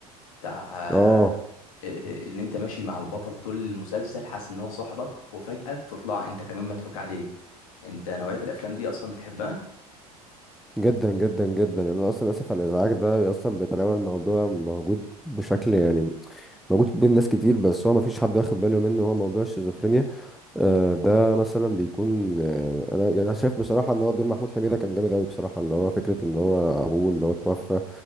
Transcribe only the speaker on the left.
بتاع آه
آه، آه، اللي انت ماشي مع البطل طول المسلسل حاسس ان هو صاحبك وفجأة تطلع انت كمان مضحوك عليك انت نوعية الافلام دي اصلا بتحبها